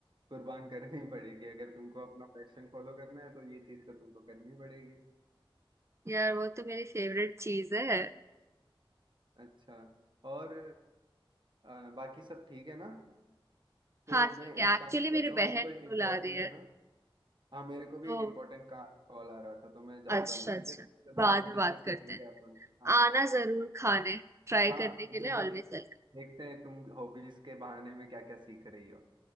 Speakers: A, on the right; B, on the right.
A: कुर्बान करनी <laughs> पड़ेगी अगर तुमको अपना पैशन फॉलो करना है तो ये चीज तो तुमको करनी पड़ेगी
B: है यार वो तो मेरी फेवरेट चीज है
A: अच्छा और अ, बाकी सब ठीक है ना तो
B: हाँ ठीक
A: मैं
B: है
A: एक
B: एक्चुअली
A: काम करता
B: मेरी
A: हूँ
B: बहन
A: मेरे को एक इम्पोर्टेंट
B: बुला रही है
A: है ना हाँ मेरे को भी
B: तो
A: एक इम्पोर्टेंट का कॉल आ रहा था तो मैं जाता
B: अच्छा
A: हूँ
B: अच्छा
A: ठीक है तो फिर
B: बाद
A: बाद में
B: में
A: डिस्कस
B: बात करते
A: करेंगे
B: हैं
A: अपन हाँ
B: आना
A: हाँ
B: जरूर खाने ट्राई
A: हाँ
B: करने के लिए
A: जरूर
B: ऑलवेज वेलकम
A: देखते हैं तुम हॉबीज के बहाने में क्या क्या सीख रही हो